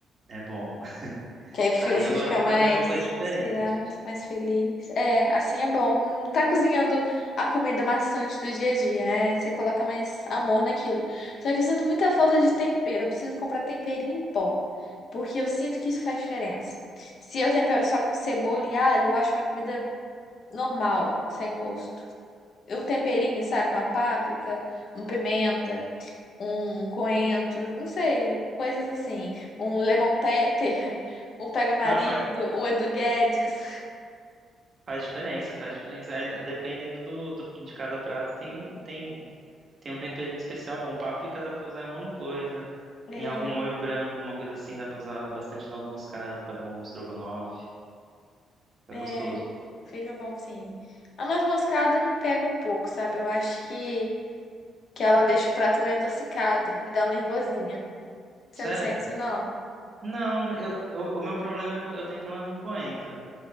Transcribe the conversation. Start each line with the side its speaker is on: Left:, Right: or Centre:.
Right: É bom. <laughs>
Left: Que aí o filho
Right: Aí
Left: você
Right: eu gosto
Left: fica
Right: de
Left: mais
Right: fazer alguma coisa diferente.
Left: inspirado, mais feliz. É, assim é bom. Não tá cozinhando a comida maçante do dia a dia, né? Você coloca mais amor naquilo. Só que eu sinto muita falta de tempero. Eu preciso comprar temperinho em pó. Porque eu sinto que isso faz diferença. Se eu tempero só com cebola e alho, eu acho minha comida normal, sem gosto. Um temperinho, sabe? Uma páprica, uma pimenta um coentro, não sei, coisas assim, um lemon pepper, <laughs> um pega-marido,
Right: Não,
Left: um Edu Guedes.
Right: Faz diferença, faz diferença. Ainda, dependendo do, do- de cada prato, tem um, tem, tem um temperinho especial bom. Páprica dá pra usar em um monte de coisa.
Left: É,
Right: Em algum molho branco, alguma coisa assim, dá pra usar bastante noz moscada, fica bom, estrogonofe, fica
Left: é,
Right: gostoso.
Left: fica bom sim. A noz moscada me pega um pouco, sabe? Eu acho que, que ela deixa o prato meio adocicado, me dá um nervosinha. Você
Right: Sério?
Left: não sente isso, não?
Right: Não, eu, o, o meu problema é com, eu tenho problema com coentro,